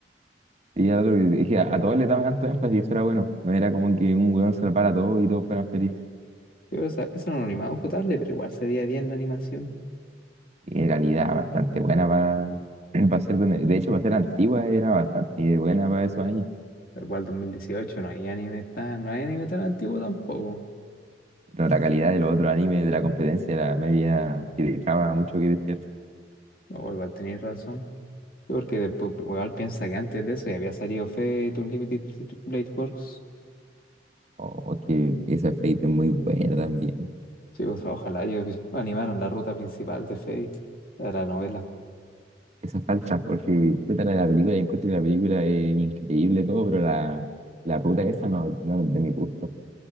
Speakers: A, on the right; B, on the left.
A: Y al otro, dije, a, a todos les daban alto énfasis y eso era bueno. No era como que un weón se la para todo y todos fueran felices.
B: Sí, pero esa- eso era un animado potable, pero igual se veía bien la animación.
A: Y de calidad bastante buena para <clears throat> ser, de, una- de hecho, para ser antigua era bastante buena para esos años.
B: Pero Igual 2018 no hay anime tan, no hay anime tan antiguo tampoco.
A: Pero la calidad de los otros animes de la competencia era media que dejaba mucho que desear.
B: O igual tenéis razón. Sí, porque después igual piensa que antes de eso ya había salido Fate Unlimited Blade Works.
A: Oh, que esa Fate es muy buena también.
B: Sí, pues ojalá ellos <laughs> animaron la ruta principal de Fate, la de la novela.
A: Esa falta, porque puta la de la película, yo encuentro que la película es increíble todo, pero la, la ruta esa no, no es de mi gusto.